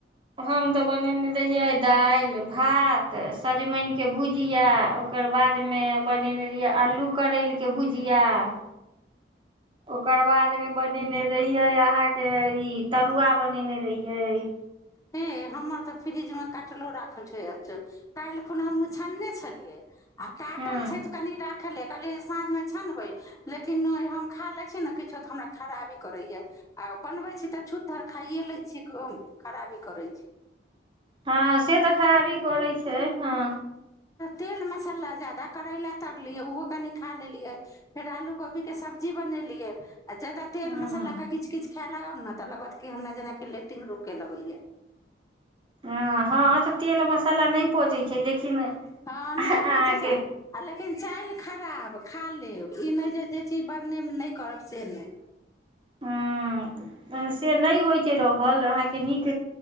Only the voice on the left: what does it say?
हे हमर तऽ फ्रिजमे काटलो राखल छैछो काल्हि खुन हम मुछानने छलियै आ काटल
छै तऽ कनि राख खेलियै कहलियै साँझमे छनबै लेकिन हम खा लै छी ने किछो तऽ हमरा खराबी करैए आ बनबै छी तऽ छूत धर खाइए लै छी खराबी करै छै
तेल मसाला ज्यादा करैला तरलियै ओहो कनि खा लेलियै फेर आलू कोबीके सब्जी बनेलियै अच्छा ता तेल
मसालाक क किछ किछु खाय लागब ने तऽ लगत क हमरा जेनाक लेटिन रु के लगेया
हँ नहि पचै छै आ लेकिन चालि खराब खा लेब ई नहि जे जे चीज बननेमे नहि करब से नहि